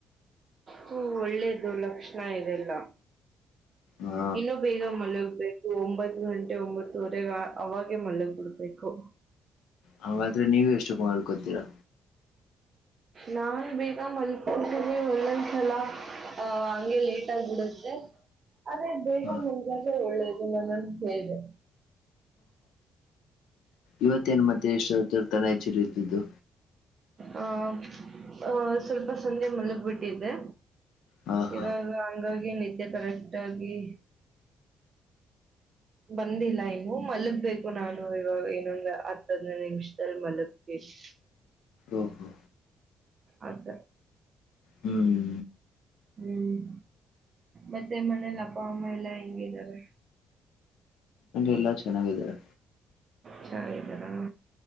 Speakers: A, on the right; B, on the left.
A: ಹ್ಮ ಒಳ್ಳೇದು ಲಕ್ಷಣ ಇದೆಲ್ಲ
B: ಹಾ
A: ಇನ್ನುೂ ಬೇಗ ಮಲ ಬು ಒಂಬತ್ ಗಂಟೆ ಒಂಬತ್ತುವರೆಗೆ ಅವಾಗೆ ಮಳ್ಳಗ್ ಬಿಡ್ಬೇಕು
B: ಹಾಗಂಗಾದ್ರೆ ನೀವ ಎಷ್ಟಕ್ಕ ಮಾಡಕೊತೀರಾ
A: ನಾನ್ ಬೇಗ ಮಪೆ ಒಂದೊಂದ್ಸಲ ಅಹ ಹಂಗೆ ಲೇಟ್ ಆಗ್ಬಿಡುತ್ತೆ ಆದೇ ಬೇಗ
B: ಹ
A: ಮುಂಾಗೆ ಒಳ್ಳೇದು ನಾನನ್ ಕೇಳಿದೆ
B: ಇವತ್ತ ಏನ್ ಮತ್ತೆ ಎಷ್ಟರ್ ತಾನ ಹೆಚ್ಚಿ ಇದು
A: ಆಹ ಅಹ ಸ್ವಲ್ಪ ಸಂಧೆ ಮಲಗ್ಬಿಟ್ಟಿದ್ದೆ
B: ಹಾ ಹಾ
A: ಯ ಹಂಗ. ನಜೆ ಕರೆಕ್ಟ್ ಆಗಿ ಬಂದಿಲ್ಲ ಇನ್ನು ಮಲಗ್ಬೇಕು ನಾನು ಇವಾಗ ಇನ್ನೊಂದ್ ಹತ್ತದನೇ ನಿಮಿಷದಲ್ಲಿ ಮಲಗ್ತೀನಿ
B: ಓಹೋ
A: ಆತ
B: ಹ್ಮ್
A: ಹ್ಮ್ ಮತ್ತೆ ಮನೇಲಿ ಅಪ್ಪ ಅಮ್ಮ ಎಲ್ಲಾ ಹೆಂಗಿದ್ದಾರೆ
B: ಎಲ್ಲ ಚೆನ್ನಾಗಿದಿದ್ದಾರೆ
A: ಚಳಿ ಗರಾಮ